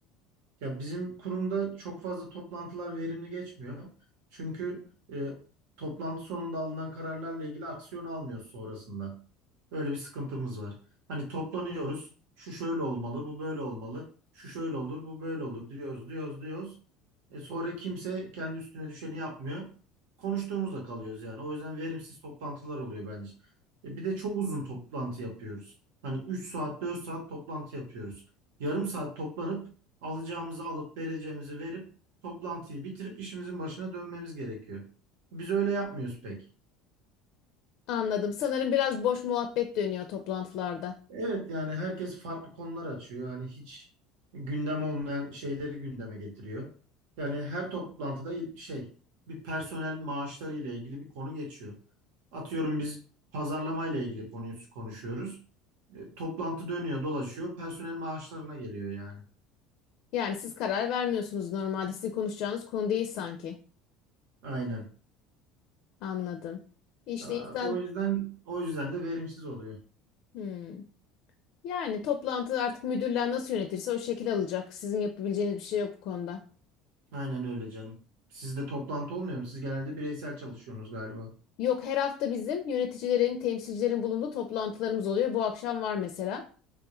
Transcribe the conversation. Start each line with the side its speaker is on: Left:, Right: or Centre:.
Right: Ya bizim kurumda çok fazla toplantılar verimli geçmiyor. Çünkü e, toplantı sonunda alınan kararlarla ilgili aksiyon almıyoruz sonrasında. Öyle bir sıkıntımız var. Hani toplanıyoruz. Şu şöyle olmalı, bu böyle olmalı. Şu şöyle olur, bu böyle olur diyoruz, diyoruz, diyoruz. E sonra kimse kendi üstüne düşeni yapmıyor. Konuştuğumuzda kalıyoruz yani. O yüzden verimsiz toplantılar oluyor bence. E bir de çok uzun toplantı yapıyoruz. Hani 3 saat, 4 saat toplantı yapıyoruz. Yarım saat toplanıp Alacağımızı alıp vereceğimizi verip toplantıyı bitirip işimizin başına dönmemiz gerekiyor. Biz öyle yapmıyoruz pek.
Left: Anladım. Sanırım biraz boş muhabbet dönüyor toplantılarda.
Right: Evet yani herkes farklı konular açıyor. Hani hiç gündem olmayan şeyleri gündeme getiriyor. Yani her toplantıda il- şey bir personel maaşları ile ilgili bir konu geçiyor. Atıyorum biz pazarlama ile ilgili konuyu konuşuyoruz. E, toplantı dönüyor, dolaşıyor, personel maaşlarına geliyor yani.
Left: Yani siz karar vermiyorsunuz normalde. Sizin konuşacağınız konu değil sanki.
Right: Aynen.
Left: Anladım. İşte
Right: Aa,
Left: insan
Right: o yüzden o yüzden de verimsiz oluyor.
Left: Hmm. Yani toplantı artık müdürler nasıl yönetirse o şekil alacak. Sizin yapabileceğiniz bir şey yok bu konuda.
Right: Aynen öyle canım. Sizde toplantı olmuyor mu? Siz genelde bireysel çalışıyorsunuz galiba.
Left: Yok her hafta bizim yöneticilerin, temsilcilerin bulunduğu toplantılarımız oluyor. Bu akşam var mesela.